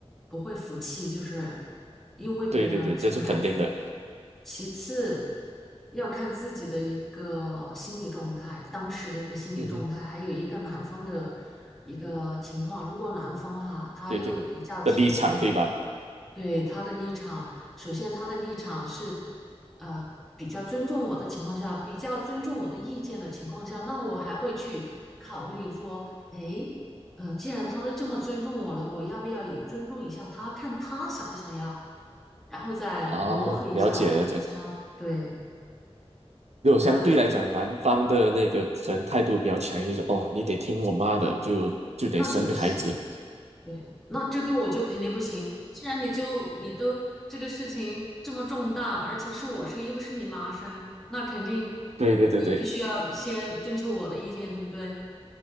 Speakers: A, in the centre; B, on the right.
A: 不会服气，就是因为别人而生孩子。
B: 对对对，这是肯定的。
A: 其次要看自己的一个心理状态，当时的一个心理状态，
B: <laughs> 嗯哼。
A: 还有一个男方的一个情况。如果男方哈、他又比较体贴，
B: 对对对的立场，对吧？
A: 对他的立场，首先他的立场是，呃，比较尊重我的情况下，比较尊重我的意见的情况下，那我还会去考虑说，哎，呃，既然他都这么尊重我了，我要不要也尊重一下他，看他想不想要，然后再磨合一下，
B: 啊，了解了解。
A: 互相对，
B: 如果相对来讲，
A: 然
B: 男方的那个可能态度比较强硬，说哦，你得听我妈的，就就得生个孩子。
A: 那就不行。对，那这个我就肯定不行。既然你就你都这个事情这么重大，而且是我生，又不是你妈生，那肯定你必须要先征求我的意见，
B: 对对对对
A: 对不对？